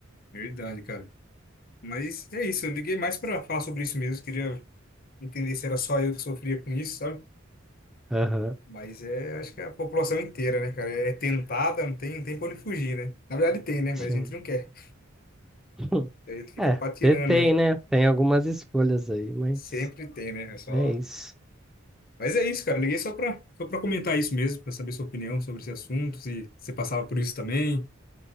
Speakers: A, on the left; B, in the centre.
A: Verdade, cara. Mas é isso, eu liguei mais pra falar sobre isso mesmo. Queria entender se era só eu que sofria com isso, sabe?
B: Aham,
A: Mas é, acho que é a população inteira, né, cara? É tentada, não tem, não tem pra onde fugir, né? Na verdade tem, né? Mas
B: sim.
A: a gente não quer.
B: <laughs>
A: Daí tu fica
B: É,
A: patinando
B: detém,
A: aí.
B: né? Tem algumas escolhas aí, mas
A: Sempre tem, né? É Só...
B: é isso.
A: Mas é isso, cara. Liguei só pra, só pra comentar isso mesmo, pra saber sua opinião sobre esse assunto, se você passava por isso também.